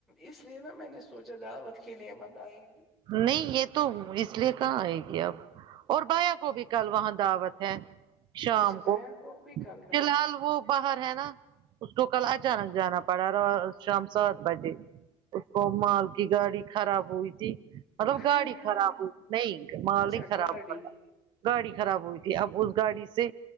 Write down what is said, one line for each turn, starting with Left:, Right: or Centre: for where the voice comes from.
Centre: اس لیے نا میں نے سوچا دعوت کے لیے مت آئے گی
Right: نہیں یہ تو اس لیے کہاں آئے گی اب اور بھیا کو بھی کل وہاں دعوت ہے شام
Centre: اچھا بھیا
Right: کو
Centre: ہو بھی کل دعوت
Right: فی الحال وہ باہر ہے نا اس کو کل اچانک جانا پڑا را شام سات بجے اس کو مال کی گاڑی خراب ہوئی تھی مطلب
Centre: ہاں
Right: گاڑی
Centre: ہاں
Right: خراب
Centre: ہاں.
Right: ہو نہیں مال
Centre: اچھا
Right: ہی خراب
Centre: گاڑی
Right: گاڑی خراب ہوئی تھی اب اس گاڑی سے